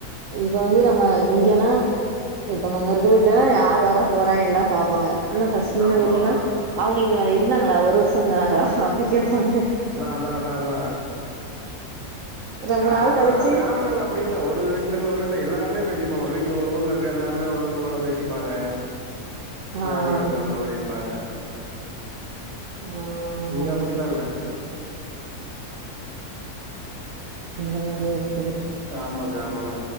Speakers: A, on the right (about 65°); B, on the right (about 45°).
A: இப்ப வந்து நம்ம இங்கன்னா இப்ப நாங்க இருக்கிற வீட்டுலலா யார் வரா போறா எல்லா பாப்பாங்க ஆனா ஃபர்ஸ்ட்ருந்து
B: ஆமா
A: வீட்லல்லா
B: ஆமா
A: அவுங்க இங்க இருந்தாங்களா ஒரு வருஷோ இருந்ததாங்களா அப்படி கேட்பாங்க
B: அதா அதா அதா
A: ரொம்ப
B: கா
A: நாள் கழிச்சு
B: ஆனா கிராமங்கள்ல அப்டி இல்ல ஒரு வீட்டுல இருந்து ஒரு வீட்ல எல்லாருமே பேசிப்போ ஒரு வீட்ல ஒரு ஊர்ல இருக்க எல்லாருமே ஒரு ஒருத்தங்களோட பேசிப்பாங்க
A: ஆ
B: ஜாலியா இருக்கு
A: ஆமா
B: அந்த மாரி இருப்பாங்க
A: ஆ ஆமாங்க
B: இங்க அப்படிலா இல்ல
A: அந்த மாரியே இருக்குது
B: ஆமாங்க ஆமாங்க